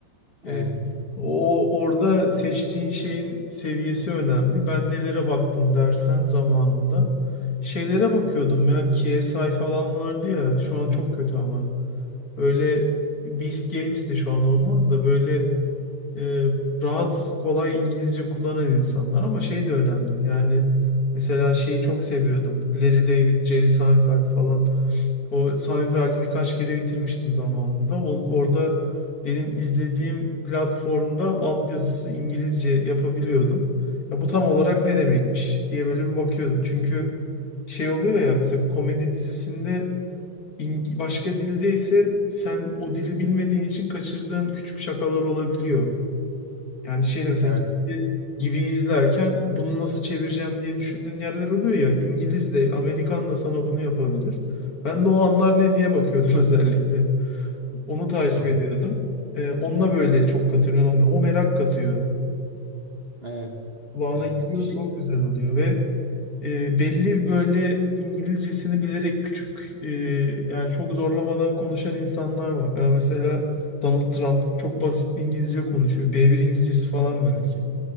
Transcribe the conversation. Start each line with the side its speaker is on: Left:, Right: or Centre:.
Right: Evet.
Left: E, o orada seçtiğin şeyin seviyesi önemli. Ben nelere baktım dersen zamanında. Şeylere bakıyordum ya. KSI falan vardı ya. Şu an çok kötü ama. Böyle Beast Games de şu an olmaz da böyle e, rahat kolay İngilizce kullanan insanlar ama şey de önemli. Yani mesela şeyi çok seviyordum. Larry David, Jerry Seinfeld falan. O Sami birkaç kere bitirmiştim zamanında. O- Orada benim izlediğim platformda altyazısı İngilizce yapabiliyordum. Ya bu tam olarak ne demekmiş diye böyle bir bakıyordum. Çünkü şey oluyor ya mesela bu komedi dizisinde İng- başka dilde ise sen o dili bilmediğin için kaçırdığın küçük şakalar olabiliyor. Yani şey de mesela
Right: Evet.
Left: gibi, gibi izlerken bunu nasıl çevireceğim diye düşündüğün yerler oluyor ya. İngiliz de Amerikan da sana bunu yapabilir. Ben de o anlar ne diye bakıyordum <laughs> özellikle. Onu takip
Right: Hı.
Left: ediyordum. Ee, onunla böyle çok katılıyorum. O merak katıyor.
Right: Evet.
Left: Kulağına
Right: E,
Left: gidiyorsa
Right: şey.
Left: o güzel oluyor ve e, belli böyle İngilizcesini bilerek küçük e, yani çok zorlamadan konuşan insanlar var. Yani mesela Donald Trump çok basit bir İngilizce konuşuyor. B1 İngilizcesi falan belki.